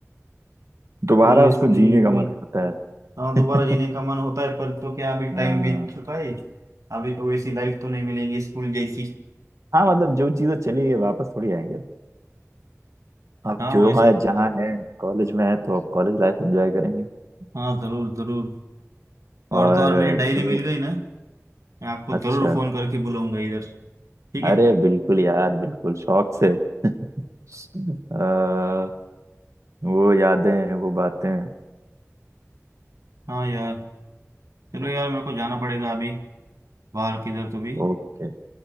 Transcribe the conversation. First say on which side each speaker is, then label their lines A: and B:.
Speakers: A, on the right; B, on the right.
A: दोबारा
B: तो ये
A: उसको
B: सही
A: जीने
B: है
A: का
B: भाई
A: मन करता है
B: हाँ दोबारा
A: <laughs>
B: जीने का मन होता है पर तो क्या अभी टाइम
A: हाँ
B: बीत चुका है अभी तो वैसी लाइफ तो नहीं मिलेगी स्कूल जैसी
A: हाँ मतलब जो चीजें चली गई वापस थोड़ी आएंगे अब
B: हाँ
A: जो
B: वैसे
A: है जहाँ है कॉलेज में है तो अब कॉलेज लाइफ एंजॉय करेंगे
B: हाँ जरूर जरूर
A: और
B: और तो और मेरी डायरी
A: जो
B: मिल गई ना मैं आपको
A: अच्छा
B: ज़रूर फ़ोन करके बुलाऊंगा इधर ठीक है
A: अरे बिल्कुल यार बिल्कुल शौक से <laughs> अ, वो यादें वो बातें
B: हाँ यार चलो यार मेरे को जाना पड़ेगा अभी बाहर किधर तो भी
A: ओके